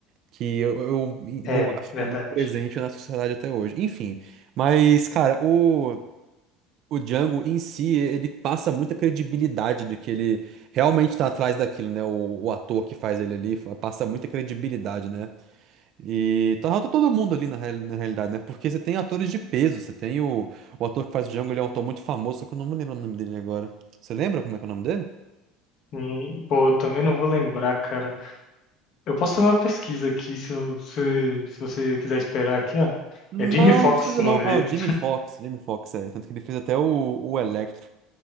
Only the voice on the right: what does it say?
Que eu, eu, eu
acho
que é muito presente na sociedade até hoje. Enfim, mas, cara, o. O Django em si, ele passa muita credibilidade do que ele realmente está atrás daquilo, né? O, o ator que faz ele ali fa- passa muita credibilidade, né? E tá tá todo mundo ali na, real- na realidade, né? Porque você tem atores de peso, você tem o, o ator que faz o Django, ele é um ator muito famoso, só que eu não me lembro o nome dele agora. Você lembra como é que é o nome dele?
Não,
precisa
não.
Ah, o Jamie Foxx, Jamie Foxx, é. Tanto que ele fez até o, o Electro.